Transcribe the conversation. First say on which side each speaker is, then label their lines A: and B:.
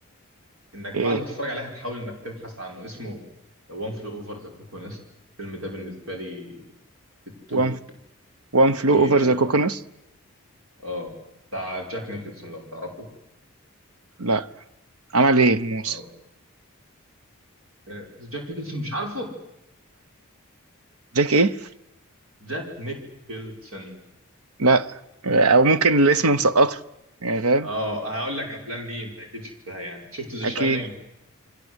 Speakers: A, on the right (about 70°); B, on the right (about 85°).
A: انك
B: ايه
A: بعد ما تتفرج عليه هتحاول انك تبحث عنه اسمه وان فلو اوفر ذا كوكو نست الفيلم ده بالنسبه لي في التوب
B: وان وان فلو
A: تير
B: اوفر
A: يعني
B: ذا كوكونس
A: اه اه بتاع جاك نيكلسون لو تعرفه
B: لا عمل ايه الموسم
A: أو. آه، جاك نيكلسون مش عارفه
B: جاك ايه
A: جاك نيكلسون
B: لا او ممكن الاسم مسقطه يعني فاهم
A: اه هقول لك افلام ليه انت اكيد شفتها يعني شفت ذا
B: اكيد
A: شاينينج